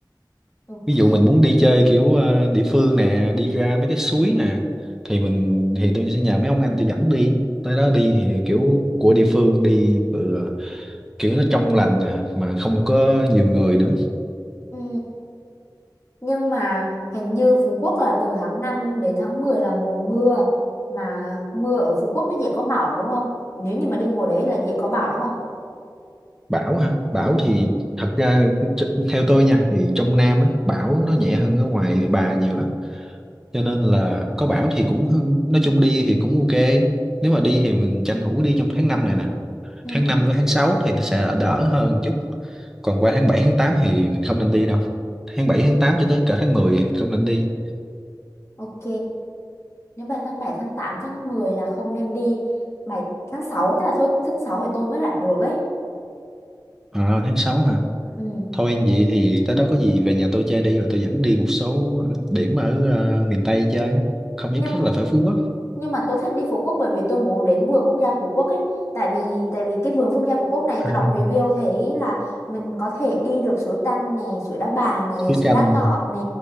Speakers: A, on the left (about 35°); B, in the centre.
A: ok
B: ví dụ mình muốn đi chơi kiểu ờ, địa phương nè đi ra mấy cái suối nè thì mình thì tôi sẽ nhờ mấy ông anh tôi dẫn đi tới đó đi thì kiểu của địa phương đi vừa kiểu nó trong lành nè mà không có nhiều người nữa
A: ừ nhưng mà hình như Phú Quốc là từ tháng 5 đến tháng 10 là mùa mưa mà mưa ở Phú Quốc nó dễ có bão đúng không nếu như mà đi mùa đấy là dễ có bão đúng không
B: bão hả bão
A: ừ
B: thì thật ra ch- theo tôi nha thì trong Nam á bão nó nhẹ hơn ở ngoài Bà nhiều lắm cho nên là có bão thì cũng hư- nói chung đi thì cũng ok nếu mà đi thì mình tranh thủ đi trong tháng 5 này nè
A: ừ
B: tháng 5 với tháng 6 thì nó sẽ đỡ đỡ hơn chút còn qua tháng 7 tháng 8 thì mình không nên đi đâu tháng 7 tháng 8 cho tới cả tháng 10 thì mình không nên đi
A: ok Nếu bài tháng 7 tháng 8 tháng 10 là không nên đi. Bài tháng sáu tức là thôi tháng 6 thì tôi mới rảnh được ấy.
B: à, tháng 6 hả
A: Ừ.
B: thôi vậy thì tới đó có gì về nhà tôi chơi đi rồi tôi dẫn đi một số điểm ở ờ, miền Tây chơi không
A: Nhưng
B: nhất thiết là phải Phú Quốc
A: nhưng mà tôi thích đi Phú Quốc bởi vì tôi muốn đến vườn quốc gia Phú Quốc ấy. Tại vì tại vì cái vườn quốc gia Phú Quốc này tôi
B: à,
A: đọc review thấy là mình có thể đi được suối Tanh nè, suối Đá Bàng nè,
B: suối
A: suối
B: Chanh
A: Đá Ngọt nè,